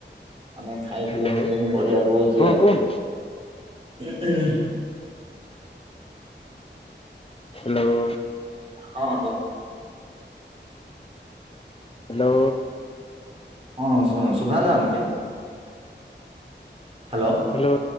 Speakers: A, on the right; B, on the left.
A: ମାନେ ଖାଇ
B: ହ୍ୟାଲୋ।
A: ପିଇ ନିଜେ ହିଁ ପଢିବାକୁ ହଉଛି
B: ହଁ
A: ଆଉ।
B: କୁହନ୍ତୁ।
A: ଉହୁଁ ଉହୁଁ।
B: ହ୍ୟାଲୋ।
A: ହଁ ହାଲୋ।
B: ହାଲୋ।
A: ହଁ ସୁନ୍ ଶୁଭାଯାଉନି କି। ହାଲୋ
B: ହ୍ୟାଲୋ